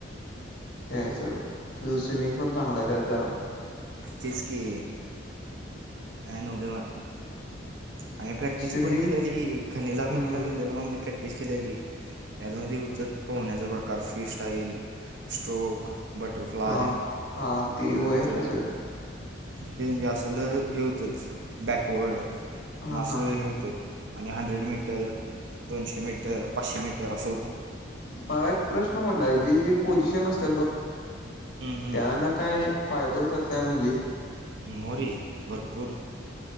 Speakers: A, on the left (about 50°); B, on the right (about 65°).
A: त्याचं तेचं स्विमिंग पण चांगलं आहे त्यात जरा
B: तेच की अँन होय म्हणला आम्ही प्रॅक्टिस
A: स्विमिंग
B: पण केलेली खनिला
A: हं,
B: बिनिला गेलेलो आम्ही प्रॅक्ट प्रॅक्टिस केलेली यामध्ये हुतत पोहण्याचा प्रकार फ्री स्टाईल स्ट्रोक बटरफ्लाय
A: हां हां ते
B: परत
A: वय आहे सोड
B: हे म्हणजे असलं हे होतात बॅकवर्ड पण
A: हां
B: असं
A: हां
B: हे होतं आणि हंड्रेड मीटर, दोनशे मीटर, पाचशे मीटर असं होतं.
A: मला एक प्रश्न पडला जे-जे पोझिशन असत्यात बघ
B: हम्म, हम्म.
A: त्यानं काय फायद होतात काय म्हणजे?
B: मोरी भरपूर